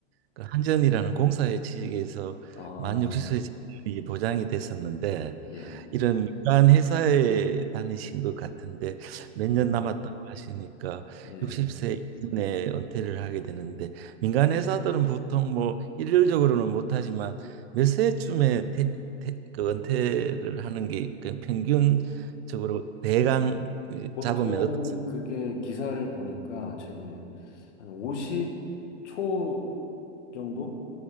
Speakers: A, on the right (about 60°); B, on the left (about 85°).
A: 그 한전이라는 공사의 취직에서
B: 아,
A: 만 60세 정년이 보장이 됐었는데
B: 예,
A: 이런 민간 회사에 다니신 것 같은데 몇
B: 예,
A: 년 남았다고 하시니까
B: 예.
A: 60세 이전에 은퇴를 하게 되는데 민간 회사들은 보통 뭐 일률적으로는 못하지만 몇 세쯤에 퇴, 퇴, 그 은퇴를 하는 게그 평균적으로 대강
B: 보통
A: 잡으면 어떻습니까?
B: 그게 기사를 보니까 최근에 한 50초 정도